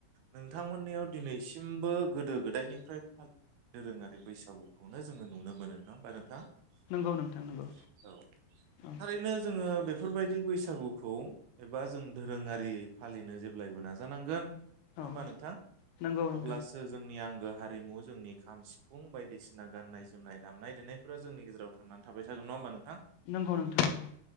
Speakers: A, on the right; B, on the left.
A: नोंथांमोननियाव दिनैसिमबो गोदो गोदायनिफ्राय फालि दोरोङारि बैसागुखौनो जोङो नुनो मोनो नङा होमबा नोंथां? औ
B: नंगौ नोंथां नंगौ औ
A: थारैनो जोङो बेफ फोरबायदि बैसागु खौ एबा जों धोरोङारि फालिनो जेब्लायबो नाजानांगोन। नङा
B: औ
A: होमबा नोंथां
B: नंगौ नोंथां
A: अब्लासो जोंनि आं गो हारिमु जोंनि खाम सिफुं बायदिसिना गाननाय जोमनाय दामनाय देनायफोरा जोंनि गेजेराव थांनानै थाबाय थागोन नङा होमबा नों थां
B: नंगौ नोंथां नंगौ